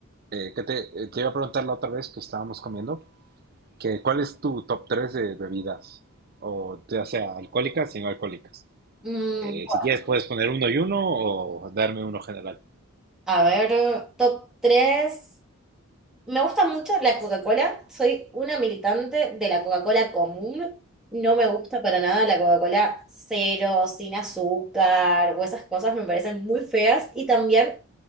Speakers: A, on the right; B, in the centre.
A: eh, que te, eh, te iba a preguntar la otra vez que estábamos comiendo, que ¿cuál es tu top 3 de bebidas? O ya sea alcohólicas y no alcohólicas.
B: Mm,
A: Eh,
B: bueno,
A: si quieres puedes poner uno y uno o darme uno general.
B: a ver, top 3. Me gusta mucho la Coca-Cola. Soy una militante de la Coca-Cola común. No me gusta para nada la Coca-Cola cero, sin azúcar o esas cosas me parecen muy feas. Y también